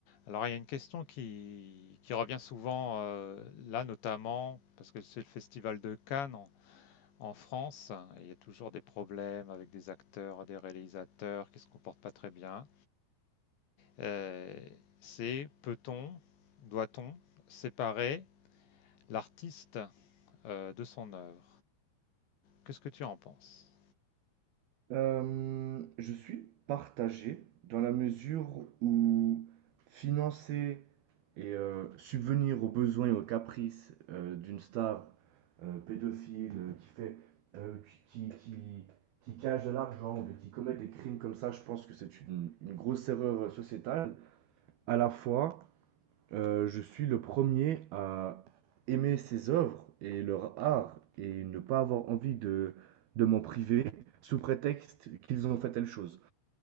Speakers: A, on the left; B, on the right.
A: Alors, il y a une question qui, qui revient souvent euh, là, notamment parce que c'est le festival de Cannes en, en France. hein, et il y a toujours des problèmes avec des acteurs, des réalisateurs qui ne se comportent pas très bien. Euh, c'est peut-on, doit-on séparer l'artiste euh, de son œuvre? Qu'est-ce que tu en penses?
B: Euh, je suis partagé dans la mesure où financer et euh, subvenir aux besoins et aux caprices euh, d'une star euh, pédophile euh, qui fait euh, qui, qui, qui- qui cache de l'argent, ou qui commet des crimes comme ça, je pense que c'est une, une grosse erreur euh, sociétale. À la fois, euh, je suis le premier à aimer ces œuvres et leur art et ne pas avoir envie de, de m'en priver sous prétexte qu'ils ont fait telle chose.